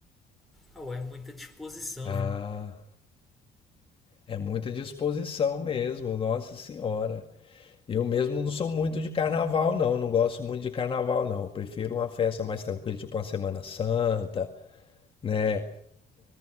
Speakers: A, in the centre; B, on the left (about 30°).
A: Ah, ué, muita disposição,
B: Ah...
A: viu?
B: É muita disposição mesmo, nossa senhora. Eu mesmo não sou muito de carnaval, não. Não gosto muito de carnaval, não. Eu prefiro uma festa mais tranquila, tipo uma Semana Santa, né?